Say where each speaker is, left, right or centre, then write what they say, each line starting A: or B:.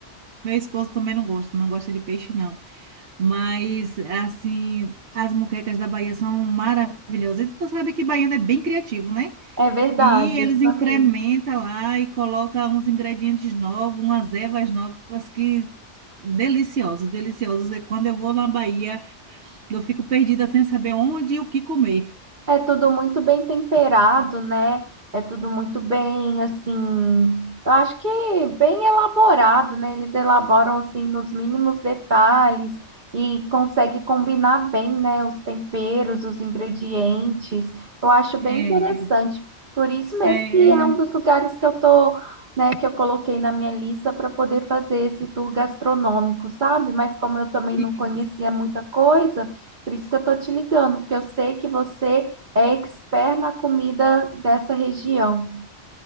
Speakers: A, on the right; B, on the right.
A: meu esposo também não gosta, não gosta de peixe não. Mas, assim, as muquecas da Bahia são maravilhosas. E tu sabe que baiano é bem criativo, né?
B: É verdade,
A: E eles
B: isso
A: incrementam
B: é mesmo.
A: lá e colocam uns ingredientes novos, umas ervas novas que deliciosos, deliciosos. E quando eu vou na Bahia, eu fico perdida sem saber onde e o que comer.
B: É tudo muito bem temperado, né? É tudo muito bem, assim, eu acho que bem elaborado, né? Eles elaboram assim nos mínimos detalhes e consegue combinar bem, né? Os temperos, os ingredientes. Eu acho
A: É,
B: bem interessante. Por isso mesmo
A: é,
B: que é um dos lugares que eu tô, né? Que eu coloquei na minha lista para poder fazer esse tour gastronômico, sabe? Mas como eu também
A: isso.
B: não conhecia muita coisa, por isso que eu tô te ligando, porque eu sei que você é expert na comida dessa região.